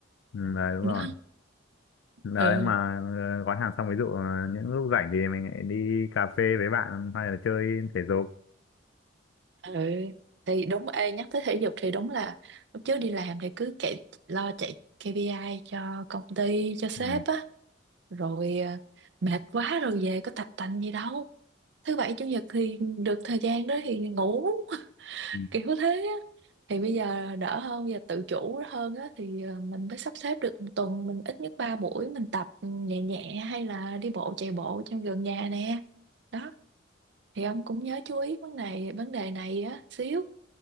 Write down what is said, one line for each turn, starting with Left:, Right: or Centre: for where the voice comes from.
Left: ừ đấy đúng
Right: đó
Left: rồi đấy
Right: ừ
Left: mà ờ, gói hàng xong ví dụ ờ, những lúc rảnh thì mình lại đi cà phê với bạn hay là chơi thể dục
Right: ừ thì đúng ê nhắc tới thể dục thì đúng là lúc trước đi làm thì cứ chạy lo chạy KPI cho công ty cho sếp
Left: ừ.
Right: á rồi à, mệt quá rồi về có tập tành gì đâu thứ bảy chủ nhật thì được thời gian đó thì ngủ
Left: Ừ.
Right: kiểu thế á thì bây giờ đỡ hơn bây giờ tự chủ hơn á thì ờ, mình mới sắp xếp được một tuần mình ít nhất 3 buổi mình tập nhẹ nhẹ hay là đi bộ chạy bộ trong gần nhà nè đó thì ông cũng nhớ chú ý vấn đề vấn đề này á xíu